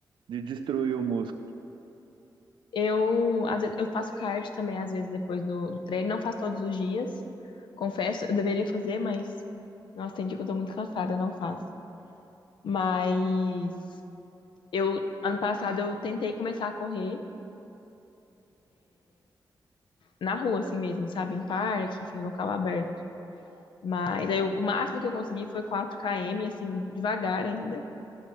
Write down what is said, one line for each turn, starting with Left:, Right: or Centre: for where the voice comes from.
Right: de destruir o músculo.
Left: Eu, às vezes, eu faço cardio também, às vezes, depois do, do treino. Não faço todos os dias, confesso. Eu deveria fazer, mas... Nossa, tem dia que eu tô muito cansada, eu não faço. Mas eu, ano passado, eu tentei começar a correr na rua, assim mesmo, sabe? Em parque, enfim, local aberto. Mas aí, o o máximo que eu consegui foi 4 km, assim, devagar ainda.